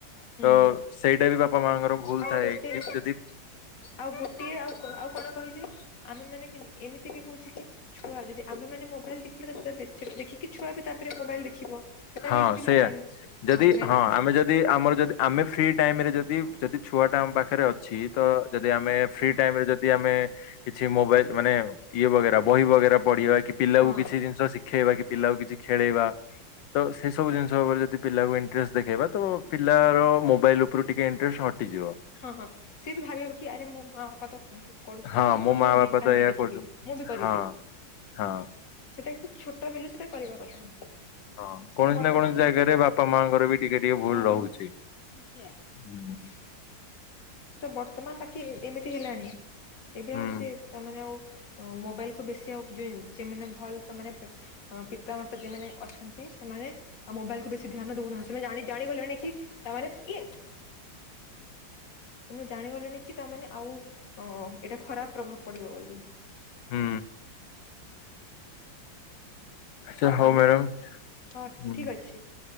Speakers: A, on the left; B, on the left.
A: ହୁଁ
B: ତ ସେଇଟା ବି ବାପା ମାଆଙ୍କର ଭୁଲ
A: ଆଉ
B: ଥାଏ
A: ଗୋଟେ
B: କି ଯଦି
A: ଆଉ ଗୋଟିଏ ଆଉ ଆଉ କ କଣ କହିଲେ ଆମେ ମାନେ କେମିତ ଏମିତି ବି ହଉଛି କି ଛୁଆ ଯଦି ଆମେ ମାନ ମୋବାଇଲ ଦେଖିଲେ ସେଟା ସୋ ଦେଖିକି ଛୁଆ ବି ତାପରେ ମୋବାଇଲ ଦେଖିବ? ସେଟା
B: ହଁ
A: ବି <unintelligible>
B: ସେଇଆ
A: ମେନ୍ହଁ
B: ଯଦି
A: ମେନ
B: ହଁ
A: ପଏଣ୍ଟ।
B: ଆମେ ଯଦି ଆମର ଯଦି ଆମେ ଫ୍ରି ଟାଇମ ରେ ଯଦି ଯଦି ଛୁଆଟା ଆମ ପାଖରେ ଅ ଛି ତ ଯଦି ଆମେ ଫ୍ରି ଟାଇମରେ ଯଦି ଆମେ କିଛି ମୋବାଇଲ ମାନେ ଇଏ ବଗେରା ବହି ବଗେରା ପଢିବା କି। ପିଲାକୁ
A: ହଁ
B: କିଛି ଜିନିଷ ଶିଖେଇବା କି ପିଲାକୁ କିଛି ଖେଳେଇବା ତ ସେସବୁ ଜିନିଷ ଉପରେ ଯଦି ପିଲାକୁ ଇଣ୍ଟରେଷ୍ଟ ଦେଖେଇବା ତ ପିଲାର ମୋବାଇଲ ଉପରୁ ଟିକେ ଇଣ୍ଟରେଷ୍ଟ ହଟିଯିବ।
A: ହଁ ହଁ ସେ ବି ଭାବିବ କି ଆରେ ମୋ ମା ବାପା ତ କରୁଛନ୍ତି
B: ହଁ ମୋ
A: ତ
B: ମା
A: ମୁଁ
B: ବାପା
A: ବି କାହିଁକି
B: ତ ଏଇଆ
A: ଦେଖିବି
B: କରୁଛନ୍ତି
A: ମୁଁ ବି କରିବି।
B: ହଁ ହଁ।
A: ସେଟା <unintelligible> ଛୋଟ ବେଲୁ ସେଟା କରିବା କଥା।
B: ହଁ
A: କିନ୍ତୁ
B: କୌଣସି
A: ବର୍ତ୍ତମାନ
B: ନା କୌଣସି ଜାଗାରେ ବାପା ମାଙ୍କର ବି ଟିକେ ଟିକେ ଭୁଲ
A: ହଁ
B: ରହୁଛି।
A: <unintelligible>
B: ହୁଁ
A: ସେଟା ବର୍ତ୍ତମାନ ବାକି ଏ ଏମିତି ହେଲାଣି ଏବେ
B: ହୁଁ
A: ଆଉ ସେ ତାମାନେ ଆଉ ମୋବାଇଲ କୁ ବେଶି ଆଉ ଯେମିନି ଭଲ ତା ମାନେ ଅ ପିତା ମାତା ଯେମାନେ ଅଛନ୍ତି ସେମାନେ ଆଉ ମୋବାଇଲ କୁ ବେଶୀ ଧ୍ୟାନ ଦଉନାହା ସେମାନେ ଜାଣି ଜାଣିଗଲେଣି କି ତାମାନେ ଇଏ ତମ ଜାଣିଗଲେଣିି କି ତାମାନେ ଆଉ ଅ ଏଇଟା ଖରାପ ପ୍ରଭାବ ପଡିବ ବୋଲି।
B: ହୁଁ। ଆଛା
A: ଆଉ
B: ହଉ
A: ଆଜିକାଲି
B: ମ୍ୟାଡ଼ମ
A: ହଁ
B: ହୁଁ
A: ଠିକ ଅଛି